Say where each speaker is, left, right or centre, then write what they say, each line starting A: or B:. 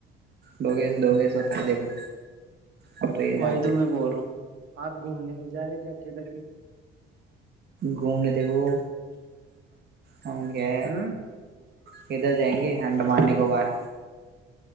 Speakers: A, on the right; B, on the right.
A: ڈوگش دووگیش ہوتا ہے دیکھو ہم یہ جانتے
B: وہی تو میں
A: ہیں
B: بول رہا ہوں آپ گھومنے نہیں جا رہے کیا کدھر بھی
A: گھومنے دبو ہم کیا
B: ہ
A: کدھر جائیں گے گ ہڈ ماننے کو بار